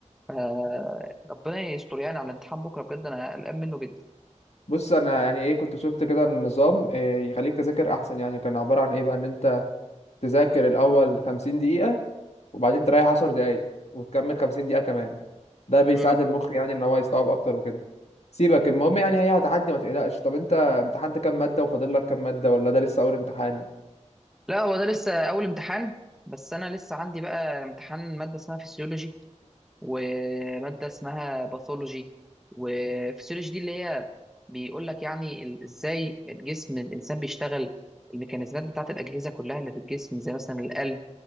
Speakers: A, in the centre; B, on the left (about 60°).
A: آه ربنا يستر يعني على الامتحان بكرة بجد انا قلقان منه جدا
B: بص انا يعني ايه كنت شفت كده النظام إيه يخليك تذاكر احسن يعني كان عبارة عن ايه بقى ان انت تذاكر الأول خمسين دقيقة وبعدين تريح عشر دقايق وتكمل خمسين دقيقة كمان ده بيساعد
A: امم
B: المخ يعني إن هو يستوعب أكتر وكده سيبك المهم يعني هي هتعدي ما تقلقش طب أنت امتحنت كام مادة وفاضل لك كام مادة ولا ده لسه أول امتحان
A: لا هو ده لسه اول امتحان بس انا لسه عندي بقى امتحان مادة اسمها فيسيولوجي وماده اسمها باثولوجي وفسيولوجي دي اللي هي بيقول لك يعني ال- ازاي الجسم الانسان بيشتغل الميكانيزمات بتاعه الاجهزه كلها اللي في الجسم زي مثلا القلب